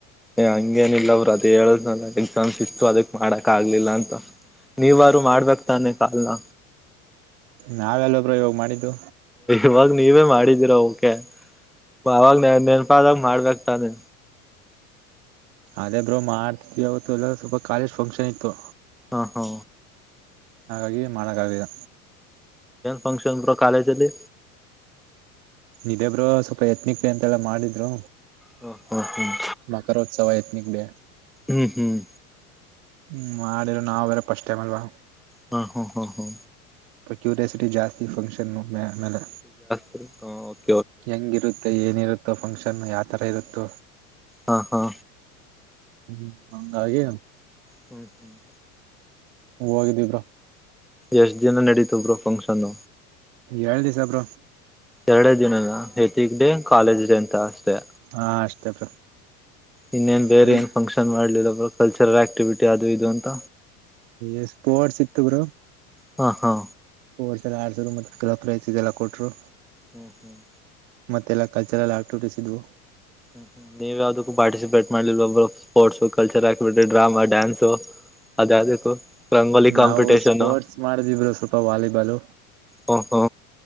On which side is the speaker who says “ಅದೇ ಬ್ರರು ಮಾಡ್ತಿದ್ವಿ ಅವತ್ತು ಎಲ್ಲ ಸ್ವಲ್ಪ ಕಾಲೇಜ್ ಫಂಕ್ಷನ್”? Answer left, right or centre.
Right